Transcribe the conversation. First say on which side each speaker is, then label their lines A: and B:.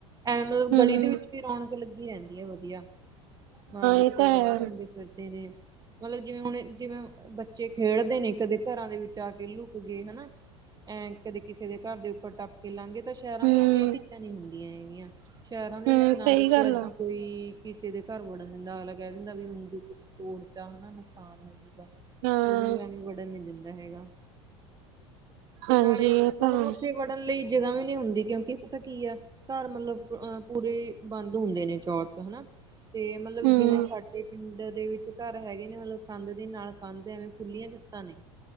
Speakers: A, on the right (about 25°); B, on the right (about 60°).
A: ਐ
B: ਹੂੰ,
A: ਗਲੀ ਦੇ ਵਿੱਚ ਰੌਣਕ ਲੱਗੀ ਰਹਿੰਦੀ ਹੈ ਵਧੀਆ, ਹਾਂ ਬੱਚੇ
B: ਇਹ ਤਾਂ ਹੈ।
A: ਗਾਹ ਪਾਉਂਦੇ ਫਿਰਦੇ ਨੇ ਮਤਲਬ ਜਿਵੇਂ ਹੁਣ ਜਿਵੇਂ ਬੱਚੇ ਖੇਡਦੇ ਨੇ, ਕਦੇ ਘਰਾਂ ਦੇ ਵਿੱਚ ਆ ਕੇ ਲੁਕ ਗਏ ਹਨਾ। ਐਂ ਕਦੇ ਕਿਸੇ ਦੇ ਘਰ ਦੇ ਉੱਪਰ ਟੱਪ ਕੇ ਲੰਘ ਤਾਂ ਸ਼ਹਿਰਾਂ
B: ਹੂੰ,
A: ਦੇ ਵਿੱਚ ਇਹ ਚੀਜ਼ਾਂ ਨਹੀਂ ਹੁੰਦੀਆਂ ਹੈਗੀਆਂ, ਸ਼ਹਿਰਾਂ ਦੇ
B: ਹੂੰ
A: ਵਿੱਚ ਨਾ
B: ਸਹੀ
A: ਦੇਖੋ
B: ਗੱਲ
A: ਏਦਾਂ
B: ਆ।
A: ਕੋਈ ਕਿਸੇ ਦੇ ਘਰ ਵੜਨ ਦਿੰਦਾ ਅ, ਅਗਲਾ ਕਹਿ ਦਿੰਦਾ ਵੀ ਹੁਣ ਜੋ ਕੁਛ ਤੋੜਤਾ ਹਨਾ, ਨੁਕਸਾਨ ਹੋਜੂਗਾ।
B: ਹਾਂ,
A: ਕੋਈ ਮੁੰਡਿਆਂ ਨੂੰ ਵੜਨ ਨੀ ਦਿੰਦਾ ਹੈਗਾ। ਤੇ
B: ਹਾਂਜੀ
A: ਨਾਲੇ
B: ਇਹ ਤਾਂ
A: ਮਤਲਬ
B: ਹੈ।
A: ਉੱਥੇ ਵੜ੍ਹਨ ਲਈ ਜਗ੍ਹਾ ਵੀ ਨਹੀਂ ਹੁੰਦੀ। ਕਿਉਂਕਿ ਪਤਾ ਕੀ ਆ, ਘਰ ਮਤਲਬ ਅਹ ਪੂਰੇ ਬੰਦ ਹੁੰਦੇ ਨੇ ਚੋਰਚ ਹਨਾ ਤੇ ਮਤਲਬ
B: ਹੂੰ,
A: ਜਿਵੇਂ ਸਾਡੇ ਪਿੰਡ ਦੇ ਵਿੱਚ ਘਰ ਹੈਗੇ ਨੇ ਮਤਲਬ, ਕੰਧ ਦੀ ਨਾਲ ਕੰਧ ਐਵੇਂ ਖੁਲੀਆਂ ਛਤਾਂ ਨੇ।